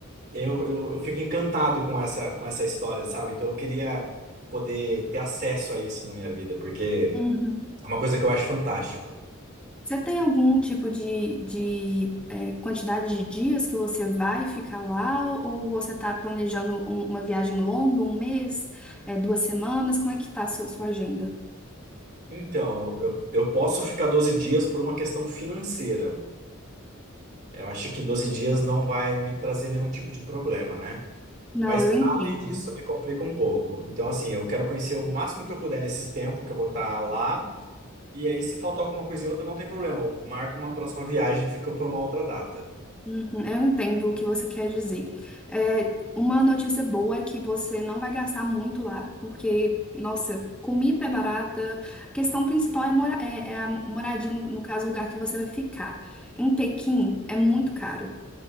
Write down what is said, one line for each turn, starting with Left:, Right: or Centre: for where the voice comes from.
Right: eu, eu, eu fico encantado com essa, com essa história, sabe? Então eu queria poder ter acesso a isso na minha vida, porque
Centre: Uhum.
Right: é uma coisa que eu acho fantástico.
Centre: Você tem algum tipo de, de é, quantidade de dias que você vai ficar lá, ou, ou você está planejando um- uma viagem longa, um mês, é, duas semanas? Como é que tá a sua, sua agenda?
Right: Então, eu, eu posso ficar 12 dias por uma questão financeira. Eu acho que 12 dias não vai me trazer nenhum tipo de problema, né?
Centre: Não,
Right: Mas,
Centre: eu
Right: pra
Centre: entendo.
Right: além disso, me complica um pouco. Então, assim, eu quero conhecer o máximo que eu puder nesses tempos que eu vou estar lá. E aí, se faltar alguma coisa e outra, não tem problema. Eu marco uma próxima viagem, fica por uma outra data.
Centre: Uhum, eu entendo o que você quer dizer. É, uma notícia boa é que você não vai gastar muito lá, porque, nossa, comida é barata. A questão principal é, mora é, é a moradia, no, no caso, o lugar que você vai ficar. Em Pequim, é muito caro.